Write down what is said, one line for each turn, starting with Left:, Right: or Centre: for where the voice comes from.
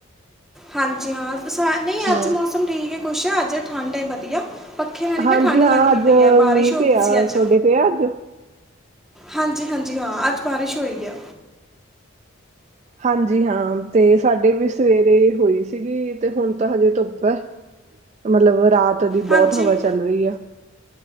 Centre: ਹਾਂਜੀ, ਹਾਂ ਸਾ ਨਈ
Right: ਹਾਂ
Centre: ਅੱਜ ਮੌਸਮ ਠੀਕ ਐ ਕੁਛ ਅੱਜ ਠੰਡ ਐ ਵਧੀਆ ਪੱਖੇ ਨਾਲ ਈ
Right: ਹਾਂਜੀ
Centre: ਨਾ ਠੰਢ
Right: ਹਾਂ
Centre: ਲੱਗਦੀ
Right: ਅੱਜ
Centre: ਪਈ ਐ ਬਾਰਿਸ਼
Right: ਮੀਂਹ
Centre: ਹੋ
Right: ਪਿਆ
Centre: ਗਈ ਸੀ ਅੱਜ।
Right: ਤੁਹਾਡੇ ਪਿਆ ਅੱਜ
Centre: ਹਾਂਜੀ, ਹਾਂਜੀ, ਹਾਂ ਅੱਜ ਬਾਰਿਸ਼ ਹੋਈ ਐ।
Right: ਹਾਂਜੀ, ਹਾਂ ਤੇ ਸਾਡੇ ਵੀ ਸਵੇਰੇ ਹੋਈ ਸੀਗੀ ਤੇ ਹੁਣ ਤਾਂ ਹਜੇ ਧੁੱਪ ਐ। ਮਤਲਬ, ਰਾਤ ਦੀ
Centre: ਹਾਂਜੀ
Right: ਬੋਤ ਹਵਾ ਚੱਲ ਰਈ ਐ।